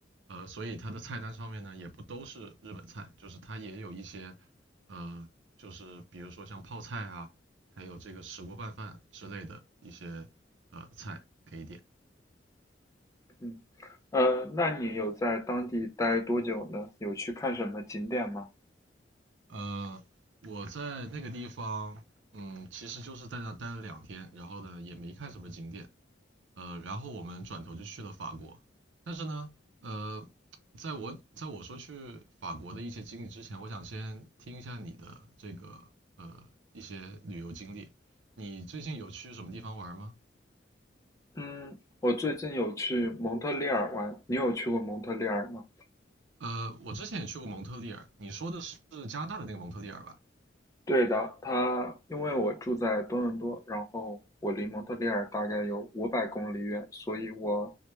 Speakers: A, on the right (about 75°); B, on the left (about 15°).
A: 呃，所以它的菜单上面呢也不都是日本菜，就是它也有一些呃，就是比如说像泡菜啊，还有这个石锅拌饭之类的一些呃菜可以点。
B: 嗯，呃，那你有在当地待多久呢？有去看什么景点吗？
A: 呃，我在那个地方，嗯，其实就是在那待了两天，然后呢也没看什么景点，呃，然后我们转头就去了法国。但是呢，呃，在我在我说去法国的一些经历之前，我想先听一下你的这个呃一些旅游经历。你最近有去什么地方玩吗？
B: 嗯，我最近有去蒙特利尔玩，你有去过蒙特利尔吗？
A: 呃，我之前也去过蒙特利尔，你说的是加拿大的那个蒙特利尔吧？
B: 对的，他因为我住在多伦多，然后我离蒙特利尔大概有五百公里远，所以我